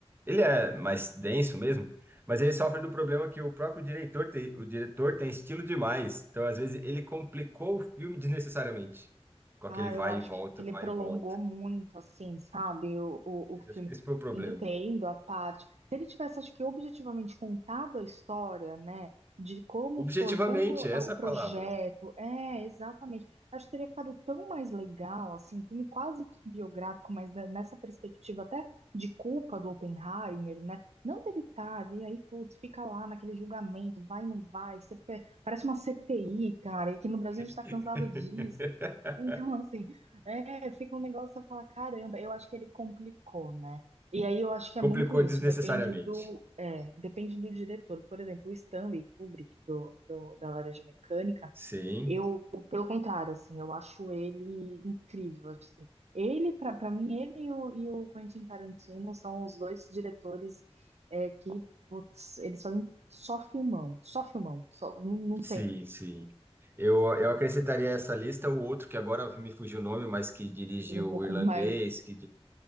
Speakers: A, on the right; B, on the right.
A: ele é mais denso mesmo, mas ele sofre do problema que o próprio diretor tem, o diretor tem estilo demais. Então, às vezes, ele complicou o filme desnecessariamente, com
B: Ah,
A: aquele vai
B: eu acho
A: e volta,
B: que ele
A: vai
B: prolongou
A: e volta.
B: muito, assim, sabe, o, o,
A: Eu
B: o filme.
A: acho que esse foi o problema.
B: Entendo a parte. Se ele tivesse, acho que objetivamente contado a história, né, de como
A: Objetivamente,
B: foi, tanto o
A: essa é
B: projeto,
A: a palavra.
B: é, exatamente. Acho que teria ficado tão mais legal, assim, um filme quase que biográfico, mas ne- nessa perspectiva até de culpa do Oppenheimer, né? Não dele estar ali, aí, putz, fica lá naquele julgamento, vai, não vai, C P parece uma C P I, cara, e que no Brasil
A: <laughs>
B: a gente tá cansado disso. Então, assim, é, fica um negócio, você fala, caramba, eu acho que ele complicou, né? E aí eu acho que é
A: Complicou
B: muito isso,
A: desnecessariamente.
B: depende do, é, depende do diretor. Por exemplo, o Stanley Kubrick, do, do- da Laranja Mecânica,
A: Sim,
B: eu, pelo contrário, assim, eu acho ele incrível, assim. Ele, pra pra mim, ele e o, e o Quentin Tarantino são os dois diretores é, que, putz, eles fazem só filmão, só filmão, só, não, não tem
A: sim, sim. Eu, eu acrescentaria a essa lista o outro que agora me fugiu o nome, mas que dirigiu
B: um pouco
A: o irlandês,
B: mais,
A: que